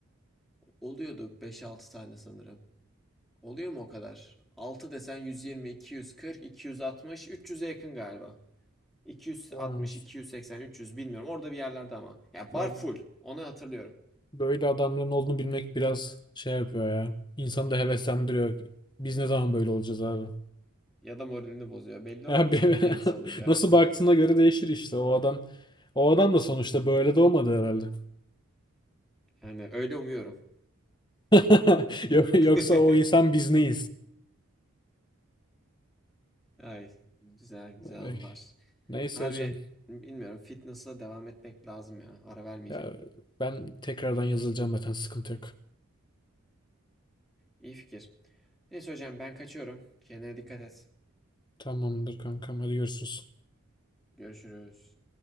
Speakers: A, in the centre; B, on the left.
A: oluyordu. beş altı tane sanırım. Oluyor mu o kadar? 6 desen 120, 240, 260, 300'e yakın galiba. 260,
B: Varmış.
A: 280, 300 bilmiyorum. Orada bir yerlerde ama. Ya bar
B: abi
A: full. Onu hatırlıyorum.
B: böyle adamların olduğunu bilmek biraz şey yapıyor ya. İnsanı da heveslendiriyor. Biz ne zaman böyle olacağız abi?
A: Ya da moralini bozuyor. Belli
B: Ya
A: olmaz
B: be-
A: hangisi
B: <laughs>
A: olacağı.
B: nasıl
A: <laughs>
B: baktığına göre değişir işte. O adam o adam da sonuçta böyle doğmadı herhalde.
A: Yani öyle umuyorum.
B: <laughs> Yo- Yoksa
A: <laughs>
B: o insan biz neyiz?
A: Ay güzel güzel anılar.
B: Ay, Neyse
A: Harbi
B: hocam.
A: bilmiyorum fitness'a devam etmek lazım ya. Ara vermeyeceğim.
B: Ya ben tekrardan yazılacağım zaten sıkıntı yok.
A: İyi fikir. Neyse hocam ben kaçıyorum. Kendine dikkat et.
B: Tamamdır kankam hadi görüşürüz.
A: Görüşürüz.